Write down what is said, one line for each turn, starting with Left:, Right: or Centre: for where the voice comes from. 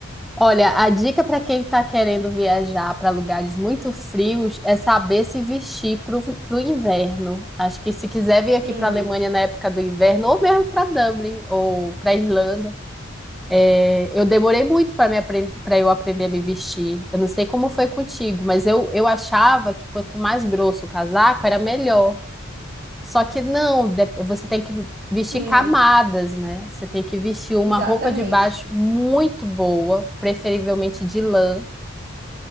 Centre: Olha, a dica para quem está querendo viajar para lugares muito frios é saber se vestir para o inverno. Acho que se quiser vir aqui
Right: Sim,
Centre: para a Alemanha na época do inverno, ou mesmo para Dublin ou para Irlanda, é, eu demorei muito para me aprend... para eu aprender a me vestir. Eu não sei como foi contigo, mas eu, eu achava que quanto mais grosso o casaco era melhor. Só que não, de- você tem que vestir
Right: sim,
Centre: camadas, né? Você tem que vestir uma
Right: exatamente.
Centre: roupa de baixo muito boa, preferivelmente de lã